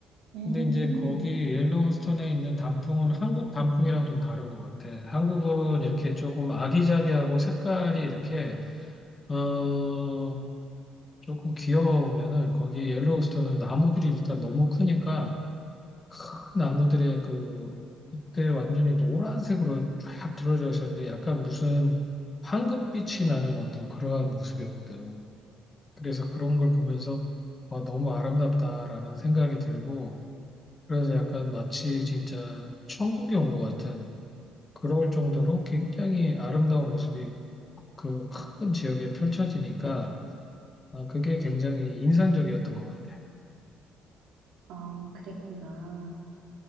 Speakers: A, on the right; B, on the left.
A: 음,
B: 근데 이제 거기 옐로우스톤에 있는 단풍은 한국 단풍이랑 좀 다른 것 같아. 한국은 이렇게 조금 아기자기하고 색깔이 이렇게, 어, 조금 귀여우면은 거기 옐로우스톤은 나무들이 일단 너무 크니까 큰 나무들의 그, 그때 완전히 노란색으로 쫙 들어져 있었는데 약간 무슨 황금빛이 나는 어떤 그러한 모습이었거든. 그래서 그런 걸 보면서 와, 너무 아름답다라는 생각이 들고 그래서 약간 마치 진짜 천국에 온 것 같은 그럴 정도로 굉장히 아름다운 모습이 그 큰 지역에 펼쳐지니까 아, 그게 굉장히 인상적이었던 것 같아.
A: 아, 그랬구나.